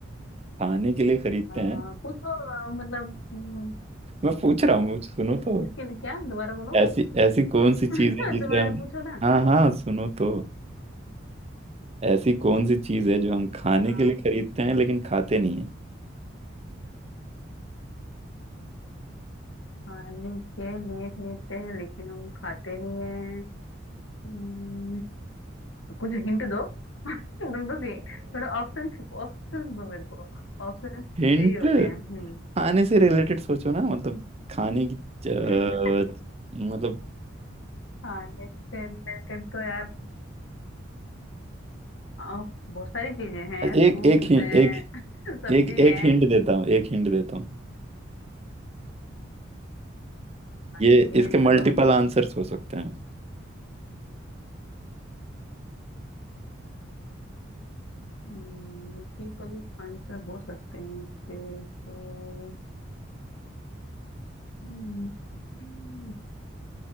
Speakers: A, on the right; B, on the left.
A: खाने के लिए खरीदते
B: अ,
A: हैं
B: पूछो अ, मतलब हम्म,
A: मैं पूछ रहा हूँ सुनो तो
B: किसके लिए क्या दोबारा बोलो
A: ऐसी ऐसी कौन सी
B: <laughs>
A: चीज है जिसे
B: दोबारा
A: हम
B: पूछो ना
A: हाँ हाँ सुनो तो ऐसी कौन सी चीज है जो हम खाने
B: हाँ
A: के लिए खरीदते हैं लेकिन खाते नहीं है
B: खाने के लिए खरीदते हैं लेकिन हम खाते नहीं हैं हम्म, कुछ हिंट दो <laughs> तुम तो सी- थोड़े ऑप्शन ऑप्शन दो मेरे को ऑप्शन
A: हिंट
B: चाहिए होते हैं हम्म
A: खाने से रिलेटेड सोचो ना मतलब खाने की अ,
B: <laughs>
A: मतलब
B: खाने से रिलेटेड तो यार आ, बहुत सारी चीजें हैं फ्रूट्स
A: एक एक हि-
B: हैं
A: एक
B: <laughs> सब्जी
A: एक
B: है
A: एक हिंट देता हूँ एक हिंट देता हूँ ये
B: ठीक है
A: इसके
B: हिंट
A: मल्टीपल
B: दो
A: आंसर्स हो सकते हैं
B: मल्टीपल आंसर हो सकते हैं इसके तो हम्म, हम्म,